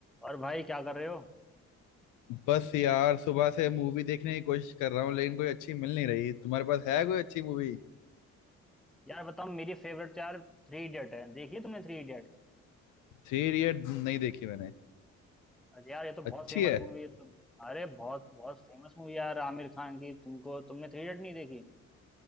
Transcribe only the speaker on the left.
बस यार सुबह से मूवी देखने की कोशिश कर रहा हूँ लेकिन कोई अच्छी मिल नहीं रही तुम्हारे पास है कोई अच्छी मूवी
थ्री इडियट नहीं देखी मैंने
अच्छी
है